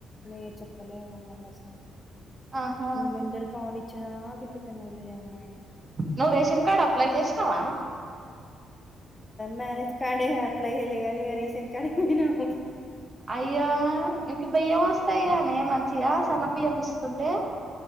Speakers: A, on the left; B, on the right.
A: ఏచప్పలే మల్ళ స
B: ఆహా
A: రెండలు పవని చిరాక గంటకనిూర్లేదు అమ్మాయన
B: నువ్ రేషన్ కార్డ్ అప్లై చేసినావ
A: మ్యారేజ్ కార్డే ఇగ ఆప్లై చేయల గాని రేషన్ కార్ట్ పోయినా వ్
B: అయ్యో ఇంక బియ్యం వస్తాయి నే మంచి మంచిగ సన్నబియ్యం ఇస్తుంటే